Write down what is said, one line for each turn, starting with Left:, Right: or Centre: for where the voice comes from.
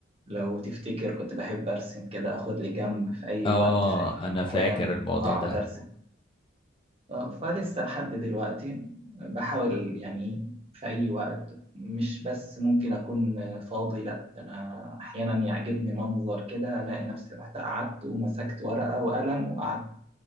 Right: لو تفتكر كنت بحب ارسم كده اخد لي جنب في اي
Left: اه
Right: وقت في اي
Left: انا
Right: مكان
Left: فاكر الموضوع
Right: واقعد
Left: ده
Right: ارسم آه، فلسه لحد دلوقتي بحاول يعني في أي وقت مش بس ممكن أكون آه، فاضي لأ ده أنا أحيانا يعجبني منظر كده ألاقي نفسي رحت قعدت ومسكت ورقة وقلم وقعدت